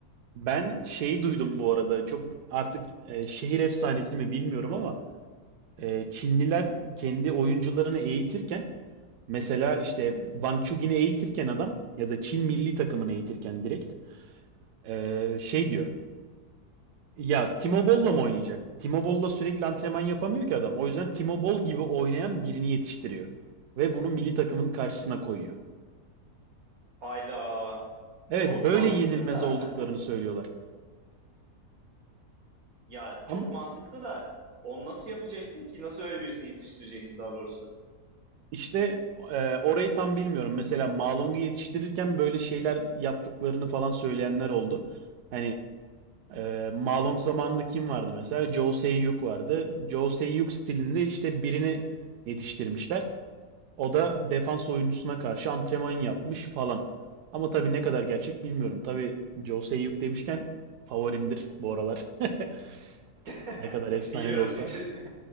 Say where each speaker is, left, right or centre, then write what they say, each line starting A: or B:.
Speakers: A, on the right (about 85°); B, on the right (about 65°).
A: Ben şey duydum bu arada çok artık e, şehir efsanesi mi bilmiyorum ama e, Çinliler kendi oyuncularını eğitirken Mesela işte Wang Chugin'i eğitirken adam ya da Çin milli takımını eğitirken direkt e, şey diyor. Ya Timo Boll'la mı oynayacak? Timo Boll'la sürekli antrenman yapamıyor ki adam. O yüzden Timo Boll gibi oynayan birini yetiştiriyor. Ve bunu milli takımın karşısına koyuyor.
B: Hayda.
A: Evet
B: Çok
A: böyle
B: mantıklı
A: yenilmez
B: da
A: olduklarını
B: <laughs>
A: söylüyorlar.
B: Ya
A: Ama
B: çok mantıklı da onu nasıl yapacaksın ki? Nasıl öyle birisini yetiştireceksin daha doğrusu?
A: işte e, orayı tam bilmiyorum. Mesela Malong'u yetiştirirken böyle şeyler yaptıklarını falan söyleyenler oldu. Hani Ee, Malong zamanında kim vardı mesela? Joe Sakic vardı. Joe Sakic stilinde işte birini yetiştirmişler. O da defans oyuncusuna karşı antrenman yapmış falan. Ama tabii ne kadar gerçek bilmiyorum. Tabii Joe Sakic demişken favorimdir bu aralar. <laughs>
B: <laughs>
A: Ne kadar efsane
B: Biliyorum
A: de olsa.
B: pütü,